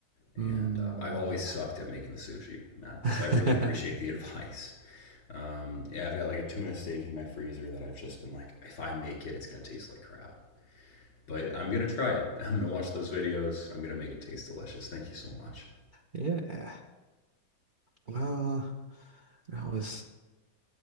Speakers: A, on the left; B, on the right.
A: And
B: mm.
A: uh, I've always sucked at making the sushi, man.
B: <laughs>
A: So I really appreciate the <laughs> advice. Um, yeah, I've got like a tuna steak in my freezer that I've just been like, if I make it, it's gonna taste like crap. But I'm gonna try it. <laughs> I'm gonna watch those videos. I'm gonna make it taste delicious. Thank you so much.
B: Yeah. Well, I was.